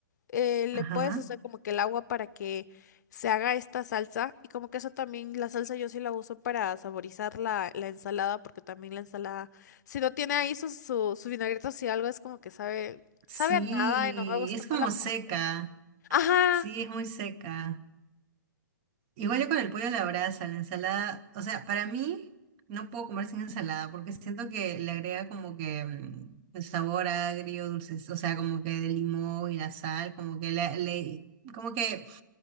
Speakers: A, on the left; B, on the right.
A: eh, le
B: Ajá.
A: puedes hacer como que el agua para que se haga esta salsa y como que eso también, la salsa yo sí la uso para saborizar la, la ensalada porque también la ensalada, si no tiene ahí su, su, su vinagreta o si algo es como que sabe,
B: Sí,
A: sabe a nada y no me gusta,
B: es como
A: no la paso.
B: seca.
A: Ajá,
B: Sí, es muy seca. Igual yo con el pollo a la brasa, la ensalada, o sea, para mí no puedo comer sin ensalada porque siento que le agrega como que mm, el sabor agrio, dulce, o sea, como que de limón y la sal, como que le, le- como que